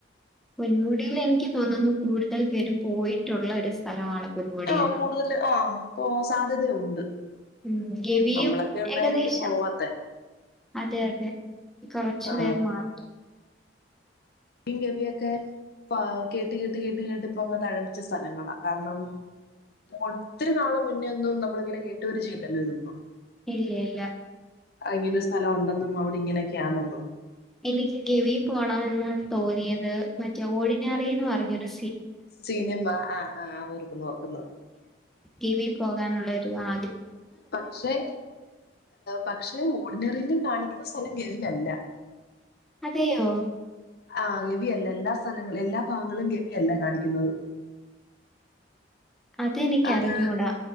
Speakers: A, in the centre; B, on the left (about 60°).
A: പൊന്മുടിൽ എനിക്ക് തോനുന്നു കൂടുതൽ പേരും പോയിട്ടുള്ള ഒരു സ്ഥലമാണ് പൊന്മുടിയെന്ന്.
B: ആ കൂടുതൽ ആ പോവാൻ സാധ്യതയുണ്ട്
A: ഉം ഗവിയും
B: നമ്മളൊക്കെ ഉള്ളായിരിക്കും
A: ഏകദേശം
B: പോവാത്ത
A: അതെ അതെ കുറച്ചു
B: ആ
A: പേർ മാത്രം
B: ഗവിയൊക്കെ കേട്ട കേട്ട് കേട്ട് കേട്ട് പോവാ തായാട്ട് തഴപ്പിച്ച സ്ഥലങ്ങളാ കാരണം ഒത്തിരി നാള് മുന്നേ ഒന്നും നമ്മളിങ്ങനെ കേട്ട് വരിചയില്ലല്ലോ ഇതൊന്നും
A: <unintelligible>
B: ഇങ്ങനെ ഒരു സ്ഥലം ഉണ്ടെന്നും അവിടെ ഇങ്ങനെയൊക്കെയാണെന്നും
A: എനിക്ക് ഗെവി പോണ എന്ന് തോന്നിയത് മറ്റേ ഓടിനാറന്ന് പറഞ്ഞരു
B: സിനിമ ആ ആ ഓർക്കുന്നു ഓർക്കുന്നു
A: കിവി പോകാനുള്ളരു ആ
B: പക്ഷെ പക്ഷെ ഓർഡിനറിൽ കാണിക്കുന്ന കേവിനല്ല
A: അതെയോ
B: ആ കിവിയല്ല എല്ലാ സ്ഥലങ്ങളും എല്ലാ ഭാഗങ്ങളും <unintelligible> കാണിക്കുന്നത്
A: അതെനിക്ക്
B: അത്
A: അറിഞ്ഞൂടാ